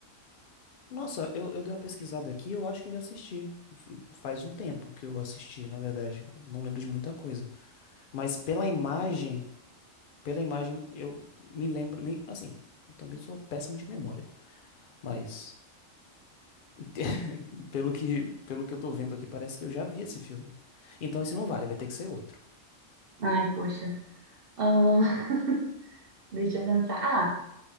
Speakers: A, on the left (about 60°); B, on the right (about 60°).
A: Nossa, eu, eu dei uma pesquisada aqui, eu acho que eu já assisti. F- Faz um tempo que eu assisti, na verdade. Não lembro de muita coisa. Mas pela imagem, pela imagem, eu me lembro. Me, assim, eu também sou péssimo de memória. Mas <laughs> pelo que, pelo que eu tô vendo aqui, parece que eu já vi esse filme. Então esse não vale, vai ter que ser outro.
B: Ai, poxa. Ahn, <laughs> deixa eu pensar. Ah,